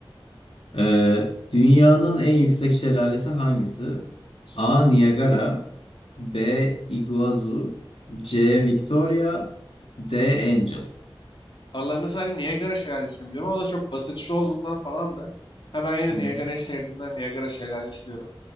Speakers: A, on the left; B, on the left.
A: Ee, dünyanın en yüksek şelalesi hangisi?
B: Sor.
A: A. Niagara B. Iguazu C. Victoria D. Angel
B: Aralarında sadece Niagara Şelalesi'ni biliyorum ama o da çok basınçlı olduğundan falandı. Ha ben yine
A: Hı
B: de Niagara'yı
A: hı.
B: sevdiğimden Niagara Şelalesi diyorum.